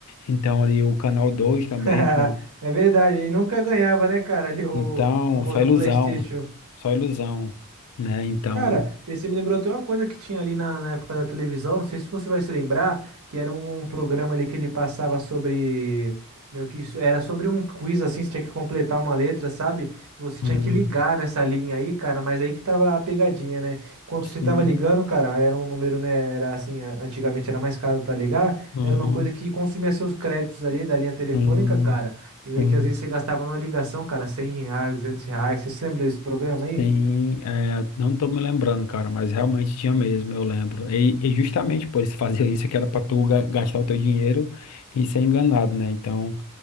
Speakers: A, on the left; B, on the right.
A: Então ali o Canal 2 também,
B: <laughs>
A: com...
B: É verdade, e nunca ganhava, né, cara, ali o
A: então
B: famoso
A: só ilusão,
B: PlayStation.
A: só ilusão, né? Então,
B: Cara, você me lembrou até uma coisa que tinha ali na, na época da televisão, não sei se você vai se lembrar, que era um um programa ali que ele passava sobre, meio que isso, era sobre um quiz assim, você tinha que completar uma letra, sabe? E você
A: hum,
B: tinha que ligar nessa linha aí, cara, mas aí que tava a pegadinha, né? Enquanto você
A: sim,
B: tava ligando, cara, era um número, né, era assim, a- antigamente era mais caro pra ligar,
A: uhum,
B: era uma coisa que consumia seus créditos ali da linha telefônica,
A: sim,
B: cara, e meio
A: sim.
B: que às vezes você gastava numa ligação, cara, 100 reais, 200 reais, você se lembra desse programa aí?
A: Sim, é, não tô me lembrando, cara, mas realmente tinha mesmo, eu lembro. E, e justamente por isso fazer isso, que era pra tu ga- gastar o teu dinheiro e ser enganado, né? Então,